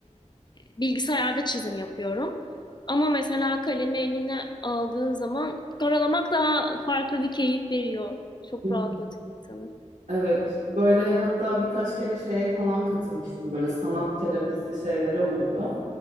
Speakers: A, on the left; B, on the right.
A: e, bilgisayarda çizim yapıyorum. Ama mesela kalemi eline aldığın zaman karalamak daha farklı bir keyif veriyor. Çok
B: Hı.
A: rahatlatıyor insanı.
B: Evet, böyle hatta birkaç kere şeye falan katılmıştım. Böyle sanat terapisi şeyleri oluyor.